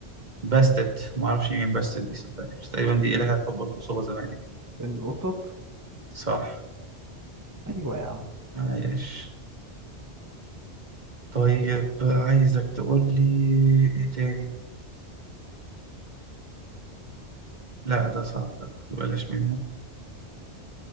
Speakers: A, on the right; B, on the right.
A: باستت ما اعرفش مين باستت دي صدقني بس تقريبا دي
B: ال-
A: إلهة الحب والخصوبة زمان يعني
B: القطط
A: صح
B: أيوة يا عم
A: عايش طيب عايزك تقول لي ايه تاني لا ده صعب ده بلاش منه